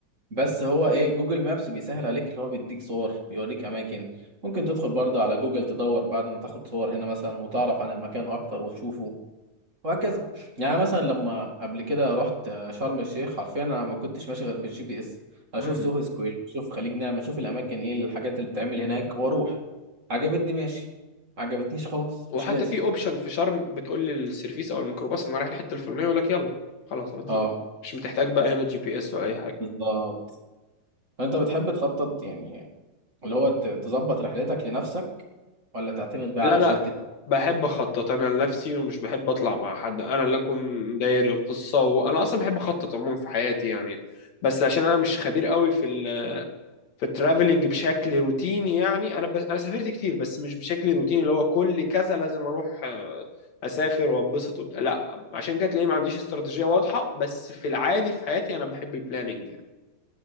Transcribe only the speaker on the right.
بس هو ايه جوجل مابس بيسهل عليك اللي هو بيديك صور بيوريك اماكن ممكن تدخل برضه على جوجل تدور بعد ما تاخد صور هنا مثلا وتعرف عن المكان اكتر وتشوفه وهكذا يعني مثلا لما قبل كده رحت شرم الشيخ حرفيا انا ما كنتش ماشي غير بالجي بي اس اشوف
سوهو سكوير اشوف خليج نعمة اشوف الاماكن ايه الحاجات اللي بتتعمل هناك واروح عجبتني ماشي عجبتنيش خلاص
مش لازم
اه
بالظبط انت بتحب تخطط يعني اللي هو ت- تظبط رحلتك لنفسك ولا تعتمد بقى
على
شركة